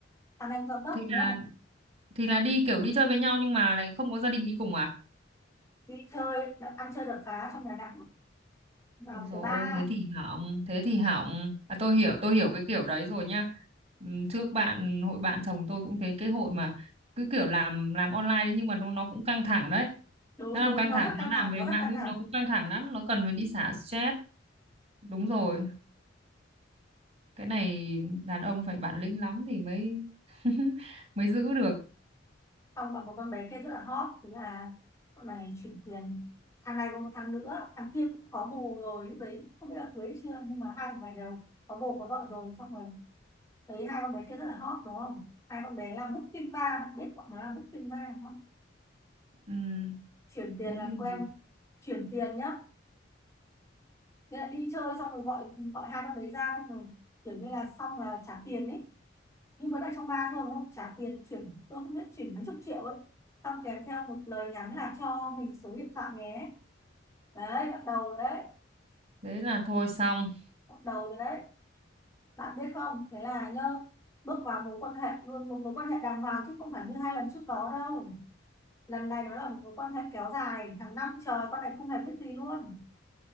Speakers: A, on the left (about 15°); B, on the right (about 30°).
A: thằng này cũng giám đốc
B: thì là
A: đúng không
B: thì là đi kiểu đi chơi với nhau nhưng mà lại không có gia đình đi cùng à
A: đi chơi ăn chơi đập phá trong nhà nặng vào
B: Ôi
A: một
B: dồi
A: cái ba
B: ôi, thế thì hỏng, thế thì hỏng. À tôi hiểu, tôi hiểu cái kiểu đấy rồi nhá. Ừm, Trước bạn hội bạn chồng tôi cũng thế cái hội mà cứ kiểu làm làm online đấy nhưng mà nó nó cũng căng thẳng đấy.
A: đúng
B: Nó làm
A: đúng
B: căng
A: nó
B: thẳng,
A: rất căng
B: nó làm
A: thẳng
B: về
A: nó
B: mạng
A: rất căng
B: web
A: thẳng
B: nó cũng căng thẳng lắm, nó cần phải đi xả stress. Đúng rồi, cái này đàn ông phải bản lĩnh lắm thì mới <laughs> mới giữ được.
A: xong còn một con bé kia rất là hot thế là con này chuyển tiền thằng này còn một thằng nữa thằng kia cũng có bồ rồi lúc đấy không biết là cưới chưa nhưng mà hai thằng này đều có bồ có vợ rồi xong rồi thấy hai con bé kia rất là hot đúng không hai con bé làm booking bar bạn biết bọn nó làm booking bar đúng không
B: Ừm,
A: chuyển tiền
B: thế
A: làm quen
B: thì
A: chuyển tiền nhá nên là đi chơi xong rồi gọi gọi hai con đấy ra xong rồi kiểu như là xong là trả tiền ấy nhưng vẫn là trong ba thôi đúng không trả tiền chuyển tôi không biết chuyển mấy chục triệu ấy xong kèm theo một lời nhắn là cho mình số điện thoại nhé đấy bắt đầu rồi đấy
B: thế là thôi xong.
A: bắt đầu rồi đấy bạn biết không thế là nhá bước vào mối quan hệ luôn một mối quan hệ đàng hoàng chứ không phải như hai lần trước đó đâu lần này nó là một mối quan hệ kéo dài hàng năm trời con này không hề biết gì luôn